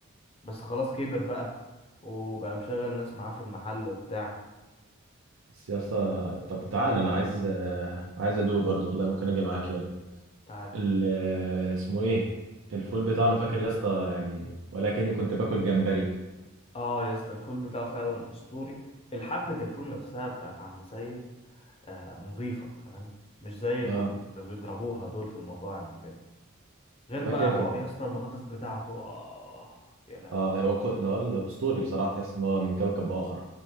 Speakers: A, on the left (about 25°); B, on the right (about 65°).
A: بس خلاص كبر بقى وبقى مشغل ناس معاه في المحل وبتاع
B: بس يا اسطى طب تعالى انا عايز آه، عايز ادوق برضه والله ممكن اجي معاك يلا
A: تعال
B: ال- آه، اسمه ايه الفول بتاعنا فاكر يا اسطى يعني ولكني كنت باكل جمبري
A: اه يا اسطى الفول بتاعه فعلا اسطوري الحبة الفول نفسها بتاعت عم سيد آه نظيفة فاهم مش زي ال-
B: اه
A: اللي بيضربوها دول في المطاعم وكده غير
B: فاكر
A: بقى حو... يا اسطى البطاطس بتاعته اه يا لهوي
B: اه هو كو... هو الاسطوري بصراحه تحس ان هو من كوكب اخر